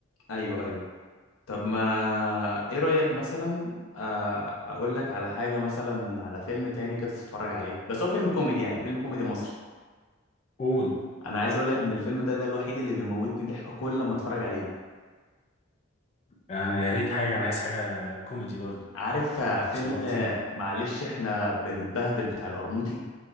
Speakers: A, on the left; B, on the left.
A: ايوه ايوه طب ما ايه رأيك مثلا آه، اقول لك على حاجة مثلا على فيلم تاني كده تتفرج عليه بس هو فيلم كوميدي يعني فيلم كوميدي مصري
B: قول
A: انا عايز اقول لك ان الفيلم ده ده الوحيد اللي بيموتني ضحك كل ما اتفرج عليه
B: يعني يا ريت حاجه انا عايز حاجه كوميدي برضو
A: عارف آه، فيلم
B: شوقتني
A: آه، معلش احنا بنتبهدل بتاع القرموطي